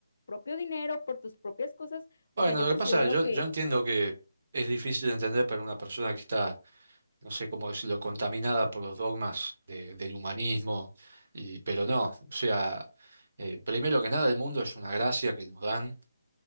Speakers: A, on the left; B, on the right.
A: propio dinero, por tus propias cosas,
B: Bueno,
A: o sea, yo
B: lo
A: considero
B: que pasa, yo,
A: que
B: yo entiendo que es difícil de entender para una persona que está, no sé cómo decirlo, contaminada por los dogmas de- del humanismo, y, pero no, o sea, eh, primero que nada el mundo es una gracia que nos dan